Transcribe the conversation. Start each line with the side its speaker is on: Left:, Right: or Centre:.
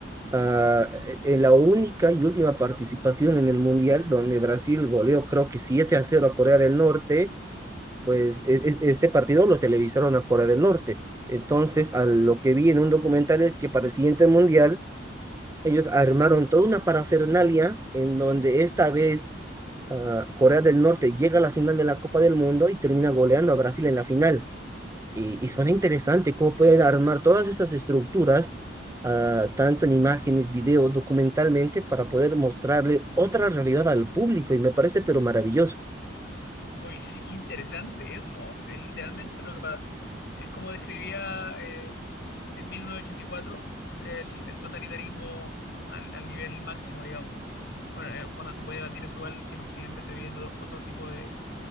Right: ah, e- en la única y última participación en el Mundial donde Brasil goleó creo que 7 a cero a Corea del Norte pues es- es- ese partido lo televisaron a Corea del Norte. Entonces, a lo que vi en un documental es que para el siguiente mundial, ellos armaron toda una parafernalia en donde esta vez ah, Corea del Norte llega a la final de la Copa del Mundo y termina goleando a Brasil en la final. Y, y suena interesante cómo pueden armar todas esas estructuras, ah, tanto en imágenes, video, documentalmente, para poder mostrarle otra realidad al público. Y me parece pero maravilloso.
Left: Uy, sí, qué interesante eso. Es literalmente lo que pa- Es como describía eh, en 1984 el, el totalitarismo al, al nivel máximo, digamos. Bueno, eh, bueno, se puede debatir eso igual que en Occidente se viven otro, otro tipo de,